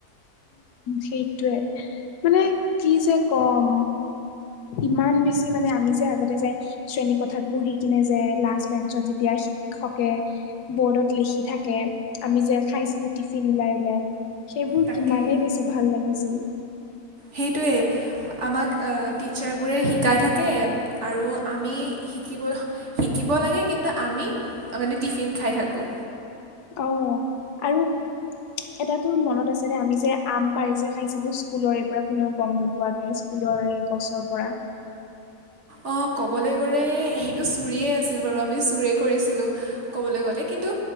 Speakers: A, on the left (about 85°); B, on the right (about 50°).
A: সেইটোৱেই, মানে কি যে কম? ইমান বেছি মানে আমি যে আগতে যে, শ্ৰেণী কথাত বহি কিনে যে লাষ্ট বেঞ্চত যেতিয়া শিক্ষকে, বৰ্ডত লিখি থাকে। আমি যে খাইছিলো টিফিন ওলাই-ওলাই। সেইবোৰ
B: তাকেই
A: কিমানেই বেছি ভাল লাগিছিল।
B: সেইটোৱেই। আমাক টিচাৰবোৰে শিকাই থাকে। আৰু আমি শিকিব শিকিব লাগে কিন্তু আমি মানে টিফিন খাই থাকোঁ।
A: অ', আৰু এটা তোৰ মনত আছে ন, আমি যে আম পাৰি যে খাইছিলো স্কুলৰৰে পৰা কোনেও গম নোপোৱাকে। ফুলৰে গছৰ পৰা।
B: অ, ক'বলে গ'লে সেইটো চুৰিয়ে আছিল বাৰু আমি চোৰেই কৰিছিলোঁ। ক'বলে গ'লে কিন্তু,